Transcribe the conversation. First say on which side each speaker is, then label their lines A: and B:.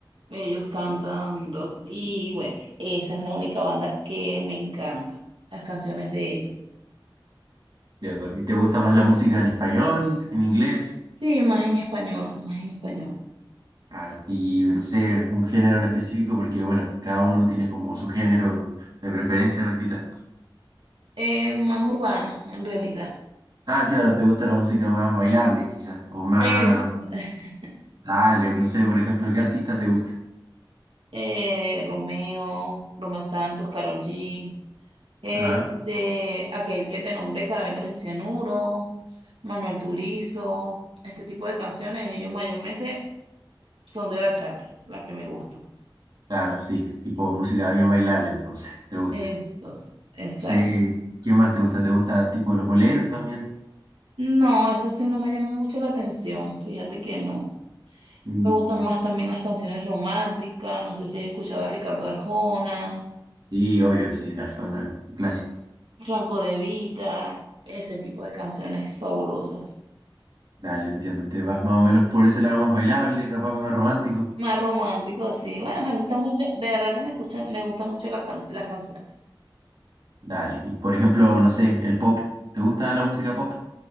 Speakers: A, on the right; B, on the right.
A: ellos cantan rock y bueno, esa es la única banda que me encanta, las canciones de ellos.
B: Bien, ¿a ti te gusta más la música en español, en inglés?
A: Sí, más en español, más en español.
B: Claro, y no sé, un género en específico, porque bueno, cada uno tiene como su género de preferencia, quizás.
A: Eh, más urbano, en realidad.
B: Ah, claro, te gusta la música más bailable, quizás, o más,
A: Es. <laughs>
B: dale, no sé, por ejemplo, ¿qué artista te gusta?
A: eh, Romeo, Romeo Santos, Karol G, este,
B: Ajá.
A: aquel que te nombré, Caramelos de Cianuro, Manuel Turizo, este tipo de canciones, ellos mayormente son de bachata, las que me gustan.
B: Claro, sí, tipo música bien bailable, entonces, te gusta.
A: Esos, exacto.
B: Sí, ¿qué más te gusta? ¿Te gusta tipo los boleros también?
A: No, esas sí no me llaman mucho la atención, fíjate que no.
B: Mm,
A: Me gustan más también las canciones románticas, no sé si has escuchado a Ricardo Arjona,
B: Sí, obvio, sí, Arjona, un clásico.
A: Franco De Vita, ese tipo de canciones fabulosas.
B: Dale, entiendo, te vas más o menos por ese lado más bailable, capaz más romántico.
A: Más romántico, sí. Bueno, me gusta mucho, de verdad que me escuchan, me gusta mucho la can- las canciones.
B: Dale. Y por ejemplo, no sé, el pop. ¿Te gusta la música pop?